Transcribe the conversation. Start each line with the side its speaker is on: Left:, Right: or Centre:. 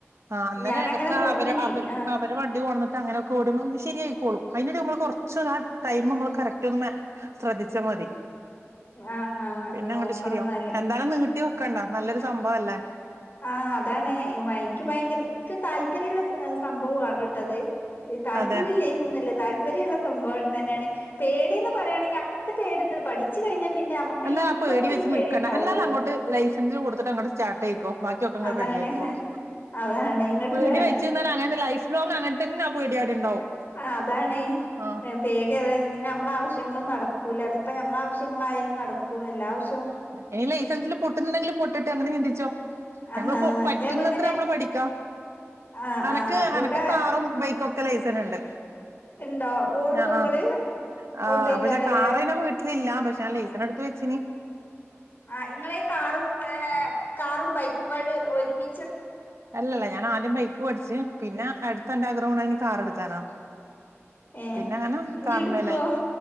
Right: ആ
Left: ഞാനങ്ങനെ
Right: <unintelligible>
Left: നോക്കീനി
Right: അവര് അവര്
Left: ആഹ്
Right: അവര വണ്ടി പോണ അങ്ങനെയൊക്കെ ഓടുമ്പോ ശരിയായിക്കോളും അതിന് നമ്മൾ കുറച്ചു ഒരു ആ ടൈം നമ്മൾ കറക്റ്റ് ഒന്ന് മ ശ്രദ്ധിച്ചാൽ മതി
Left: ആഹ് ആഹ്
Right: പിന്നെ അങ്ങോട്ട്
Left: നോക്കണംന്നാല്
Right: ശരിയാവും എന്തായാലും നീട്ടി വെ ക്കണ്ടോ നല്ലൊരു സംഭവം അല്ലേ
Left: ആഹ് അതാണ് വ എനിക്ക് ഭയങ്കര എനിക്ക് താല് പര്യള്ള സംഭവമാണ് ഇട്ടത് താല്പര്യമല്ലേ
Right: അതെ
Left: <unintelligible> താല് ല്പര്യുള്ള സംഭവം തന്നെയാണ് പേടീന്ന് പറയാണെങ്കിൽ അങ്ങനത്തെ പേടിന്നുല്ല പഠിച്ചു കഴിഞ്ഞാ പിന്നെ നമുക്ക്
Right: എന്നാ
Left: ഈ ഇപ്പത്തെ
Right: ആ പേടി വെച്ച്
Left: ഈ
Right: നിക്കണം
Left: ഉണ്ടാവുള്ളൂ
Right: എന്നാലു അങ്ങോട്ട് ലൈസൻസ് കൊടുത്തിട്ട് അങ്ങട് സ്റ്റാ ട്ടെയിക്കും ബാക്കിക്കെ അങ്ങ്
Left: അതാണ്
Right: റെഡി ആയിക്കോളും
Left: അതാണ് ഇങ്ങട്ടൊരു
Right: പേടി വെച്ച്രുന്നാൽ അങ്ങനതന്നെ ലൈഫ് ലോങ് അങ്ങനെ തന്നെ പേടി അവിടെ ഉണ്ടാവും
Left: ആ അതാണ്
Right: ആ
Left: പേടി അതായിരുന്നു പിന്നെ നമ്മള ആവശ്യങ്ങളൊന്നും നട കൂല അതിപ്പ നമ്മള ആവശ്യങ്ങളായാലും നടക്കും എല്ലാ ആവശ്യ
Right: ഇനി ലൈസൻസിൽ പൊട്ടുന്നുണ്ടെങ്കിലു പൊട്ടട്ടേ അങ്ങനെ ചിന്തിച്ചോ
Left: ആഹ്
Right: നമ്മള് കൊ പറ്റുന്നത്ര
Left: ഇതേപോലെ തന്നെ
Right: നമ്മള് പഠിക്കാം
Left: ആഹ്
Right: അനക്ക്
Left: ആഹ് ഇവിടെ
Right: അനക്ക് കാറും ബൈക്കൊ ക്കെ ലൈസൻസ് ഉണ്ട്
Left: ഇണ്ടോ ഓട്ടോ
Right: ആ ഹ
Left: ഇങ്ങള്
Right: ആ
Left: ഓട്ടോയ്ക്കാരല്ലേ
Right: പക്ഷെ കാർ അതിനു വീട്ടിലില്ല പക്ഷെ ഞാൻ ലൈസൻസ് എടുത്ത് വെച്ചിന്
Left: ആ ഇങ്ങളെ കാറും ഏ കാറും ബൈക്കുംങ്ങട് ഒരുമി
Right: അല്ലല്ല ഞാൻ ആദ്യം ബൈക്ക് പഠിച്ച് പിന്നെ അടുത്ത എന്റെ ആഗ്രഹം കൊണ്ടേനി കാർ എടുക്കാനാ
Left: ഏഹ്
Right: പിന്നെങ്ങനെ
Left: ഇഞ്ഞ്
Right: കാറും
Left: ഇട്ക്കോ
Right: മേലായി